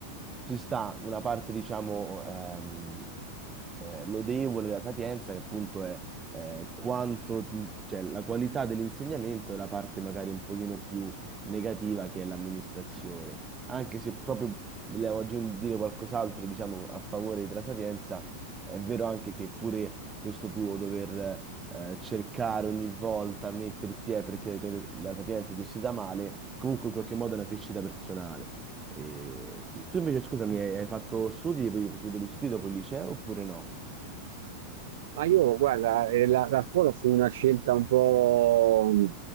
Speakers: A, on the right; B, on the right.
A: ci sta una parte, diciamo, ehm, eh, lodevole della sapienza, che appunto è eh, quanto ti- cioè, la qualità dell'insegnamento e la parte magari un pochino più negativa che è l'amministrazione. Anche se proprio volevo aggiungere dire qualcos'altro, diciamo, a favore della sapienza, è vero anche che pure questo tuo dover eh, cercare ogni volta, metterti, eh, perché la sapienza è gestita male, comunque in qualche modo è una crescita personale. Eh, sì. Tu invece, scusami, hai hai fatto studi, hai proseguito gli studi dopo il liceo oppure no?
B: Ma io, guarda, eh, la, la scuola fu una scelta un po', mm,